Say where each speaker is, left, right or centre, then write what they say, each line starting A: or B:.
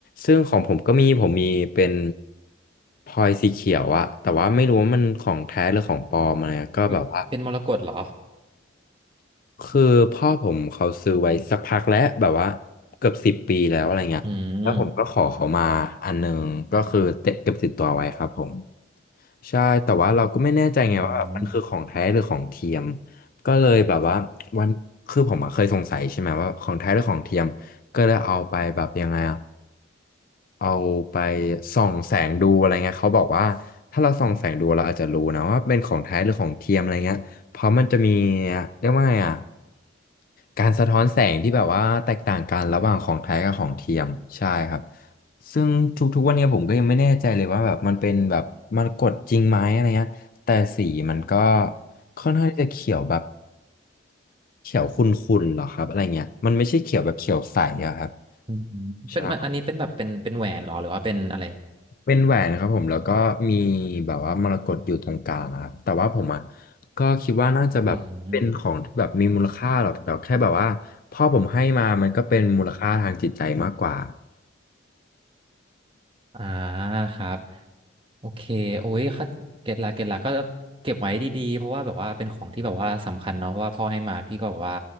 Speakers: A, on the left; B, on the right.
A: ซึ่งของผมก็มีผมมีเป็นพลอยสีเขียวอะแต่ว่าไม่รู้ว่ามันของแท้หรือของปลอมอะไรอะก็แบบว่า
B: อืมเป็นมรกตเหรอ
A: คือพ่อผมเขาซื้อไว้สักพักแล้วแบบว่าเกือบสิบปีแล้วอะไรเงี้ยแล้วผมก็ขอเขามาอันหนึงก็คือเก็บติดตัวไว้ครับผม
B: อืม
A: ใช่แต่ว่าเราก็ไม่แน่ใจไงว่าแบบมันคือของแท้หรือของเทียม
B: อืม
A: ก็เลยแบบว่าวันคือผมอะเคยสงสัยใช่ไหมว่าของแท้หรือของเทียมก็เลยเอาไปแบบยังไงอะเอาไปส่องแสงดูอะไรเงี้ยเขาบอกว่าถ้าเราส่องแสงดูเราอาจจะรู้นะว่าเป็นของแท้หรือของเทียมอะไรเงี้ยเพราะมันจะมีเรียกว่าไงอะการสะท้อนแสงที่แบบว่าแตกต่างกันระหว่างของแท้กับของเทียมใช่ครับ ซึ่งทุกๆวันเนี้ยผมก็ยังไม่แน่ใจเลยว่าแบบมันเป็นแบบมันกดจริงไหมอะไรเงี้ยแต่สีมันก็ค่อนข้างที่จะเขียวแบบเขียวขุ่นๆหรอครับอะไรเงี้ยมันไม่ใช่เขียวแบบเขียวใสอะครับ
B: อืม
A: ใช่
B: เป็นมันอันนี้เป็นแบบเป็นเป็นแหวนเหรอหรือว่าเป็นอะไร
A: เป็นแหวนครับผมแล้วก็มีแบบว่ามรกตอยู่ตรงกลางนะครับแต่ว่าผมอ่ะก็คิดว่าน่าจะแบบเป็นของที่แบบมีมูลค่าหรอกแต่แค่แบบว่าพ่อผมให้มามันก็เป็นมูลค่าทางจิตใจมากกว่า
B: อืมอ่าครับโอเคโอ้ยค่ะเก็ตละเก็ตละก็เก็บไว้ดีๆเพราะว่าแบบว่าเป็นของที่แบบว่าสำคัญเนาะเพราะว่าพ่อให้มาพี่ก็แบบว่า